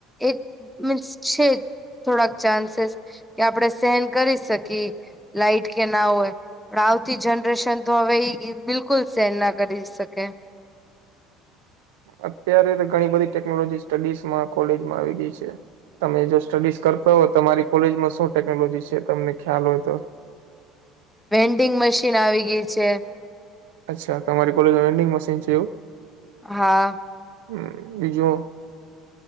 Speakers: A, in the centre; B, on the right (about 90°).
A: એક મીન્સ છે થોડાક ચાન્સીસ કે આપણેે સહન કરી શકીએ લાઈટ કે ના હોય પણ આવતી જનરેશન તો હવે ઈ બિલકુલ સેન ના કરી શકે.
B: અત્યારે તો ઘણી બધી ટેકનોલોજી સ્ટડીઝમાં કોલેજમાં આવી ગઈ છે તમે જો સ્ટડીઝ કરતા હો તમારી કોલેજમાં શું ટેકનોલોજી છે તમને ખ્યાલ હોય તો.
A: વેન્ડિંગ મશીન આવી ગઈ છે
B: અચ્છા તમારી કોલેજમાં વેન્ડિંગ મશીન છે એવું?
A: હા.
B: હમ બીજું?